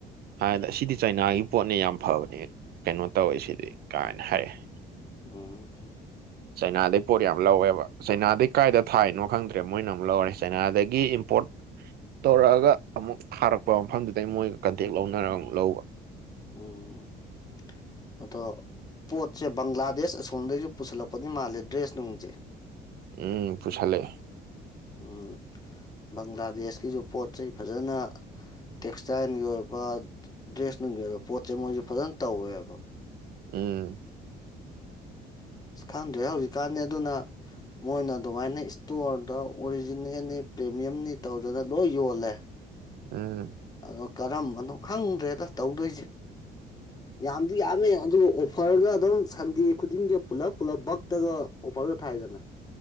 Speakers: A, on the right (about 65°); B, on the left (about 20°).
A: ꯍꯥꯏꯗꯤ ꯑꯁꯤꯗꯤ ꯆꯩꯅꯥꯒꯤ ꯄꯣꯠꯅꯦ ꯌꯥꯝ ꯐꯕꯅꯦ ꯀꯩꯅꯣ ꯇꯧꯋꯦ ꯁꯤꯗꯤ ꯀꯥꯏꯅ ꯍꯥꯏꯔꯛꯑꯦ
B: ꯎꯝ
A: ꯆꯩꯅꯥꯗꯩ ꯄꯣꯠ ꯌꯥꯝ ꯂꯧꯋꯦꯕ ꯆꯩꯥꯅꯥꯗꯩ ꯀꯥꯏꯏꯗ ꯊꯥꯏꯅꯣ ꯈꯪꯗ꯭ꯔꯦ ꯃꯣꯏꯅ ꯑꯃꯨꯛ ꯂꯧꯔꯦ ꯆꯥꯏꯅꯥꯗꯒꯤ ꯏꯝꯄꯣꯔꯠ ꯇꯧꯔꯛꯑꯒ ꯑꯃꯨꯛ ꯊꯥꯔꯛꯄ ꯃꯐꯝꯗꯨꯗꯩ ꯃꯣꯏꯒ ꯀꯟꯇꯦꯛ ꯂꯧꯅꯔꯒ ꯑꯃꯨꯛ ꯂꯧꯕ
B: ꯎꯝ ꯑꯗꯣ ꯄꯣꯠꯁꯦ ꯕꯪꯒ꯭ꯂꯥꯗꯦꯁ ꯑꯁꯣꯝꯗꯒꯤꯩꯁꯨ ꯄꯨꯁꯜꯂꯛꯄꯗꯤ ꯃꯥꯜꯂꯦ ꯗ꯭ꯔꯦꯁ ꯅꯨꯡꯁꯦ
A: ꯎꯝ ꯄꯁꯂꯦ
B: ꯎꯝ ꯕꯪꯒ꯭ꯂꯥꯗꯦꯁꯀꯤꯁꯨ ꯄꯣꯠ ꯆꯩ ꯐꯖꯅ ꯇꯦꯛꯁꯇꯥꯏꯜꯒꯤ ꯑꯣꯏꯕ ꯗ꯭ꯔꯦꯁꯅꯨꯡꯒꯤ ꯑꯣꯏꯕ ꯄꯣꯠꯁꯦ ꯃꯣꯏꯁꯨ ꯐꯖꯅ ꯇꯧꯋꯦꯕ
A: ꯎꯝ
B: ꯈꯪꯗ꯭ꯔꯦ ꯍꯧꯖꯤꯛꯀꯥꯟꯅꯤ ꯑꯗꯨꯅ ꯃꯣꯏꯅ ꯑꯗꯨꯃꯥꯏꯅ ꯏꯁꯇꯣꯔꯗ ꯑꯣꯔꯤꯖꯤꯅꯦꯜꯅꯤ ꯄ꯭ꯔꯦꯃꯤꯌꯝꯅꯤ ꯇꯧꯗꯅ ꯂꯣꯏ ꯌꯣꯜꯂꯦ
A: ꯑꯝ
B: ꯑꯗꯣ ꯀꯔꯝꯕꯅꯣ ꯈꯪꯗ꯭ꯔꯦꯗ ꯇꯧꯗꯣꯏꯁꯦ ꯌꯥꯝꯗꯤ ꯌꯥꯝꯃꯦ ꯑꯗꯨꯕꯨ ꯑꯣꯐꯔꯒ ꯑꯗꯨꯝ ꯁꯟꯗꯦ ꯈꯨꯗꯤꯡꯒꯤ ꯄꯨꯜꯂꯞ ꯄꯨꯜꯂꯞ ꯕꯛꯇꯒ ꯑꯣꯐꯔꯒ ꯊꯥꯏꯗꯅ